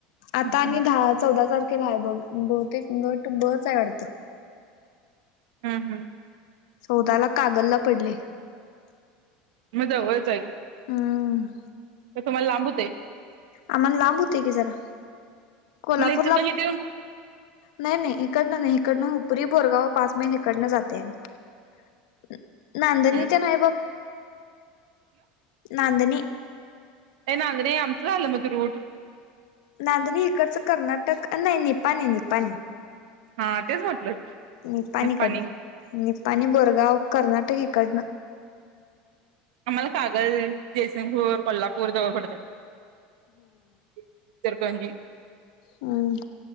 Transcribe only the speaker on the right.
हम्म
हम्म हम्म
मजा होयच आहे
तर तुम्हाला लांबवते आहे
मला इतर का ठेऊ
हं
ना अगन आमसलं म तु रूड
हा तेच म्हटलं
निप्पाणी
आम्हाला कागल जयसिंगपूर कोल्हापूर जवळ पडतात इ तरजी